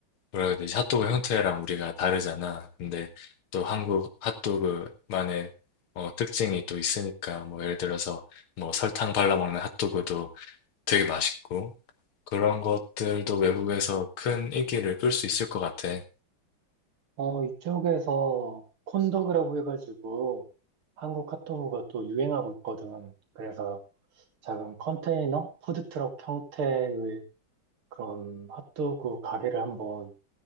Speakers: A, on the left (about 85°); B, on the right (about 85°).
A: 뭐라 해야 되지? 핫도그 형태랑 우리가 다르잖아. 근데 또 한국 핫도그만의 어, 특징이 또 있으니까 뭐 예를 들어서 뭐 설탕 발라 먹는 핫도그도 되게 맛있고 그런 것들도 외국에서 큰 인기를 끌 수 있을 것 같아.
B: 어, 이쪽에서 콘도그라고 해가지고, 한국 핫도그가 또 유행하고 있거든. 그래서 작은 컨테이너? 푸드트럭 형태의 그런 핫도그 가게를 한번